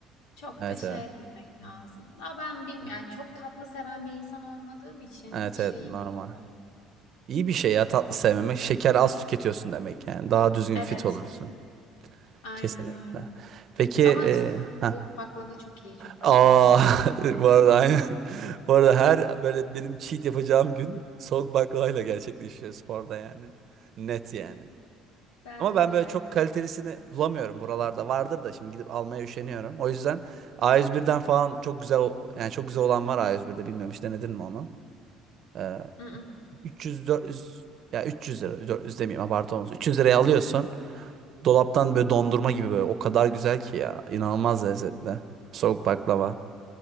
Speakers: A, on the left; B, on the right.
A: Çok
B: Evet
A: da şey
B: evet.
A: etmemek lazım. Daha ben bilmiyorum. Yani çok tatlı seven bir insan olmadığım için
B: Evet
A: şeyim
B: evet normal.
A: böyle.
B: İyi bir şey ya tatlı sevmemek. Şeker az tüketiyorsun demek yani. Daha düzgün
A: Evet.
B: fit olursun.
A: Aynen
B: Kesinlikle.
A: öyle.
B: Peki
A: Ama
B: e, ha.
A: soğuk baklava çok iyi. Çok başarılı
B: Aa,
A: bir icat.
B: <laughs> bu arada aynı. <laughs> Bu arada her böyle benim cheat yapacağım gün soğuk baklavayla gerçekleşiyor sporda yani. Net yani.
A: Bende
B: Ama ben
A: de
B: böyle
A: öyle.
B: çok kalitelisini bulamıyorum. Buralarda vardır da şimdi gidip almaya üşeniyorum. O yüzden a yüz birden falan çok güzel o- yani çok güzel olan var A101'de bilmiyorum hiç denedin mi onu? Ee,
A: Mm, mm.
B: 300 400 ya 300 lira 400 demeyeyim abartı olmasın. 300 liraya alıyorsun. Dolaptan böyle dondurma gibi böyle. O kadar güzel ki ya. İnanılmaz lezzetli. Soğuk baklava.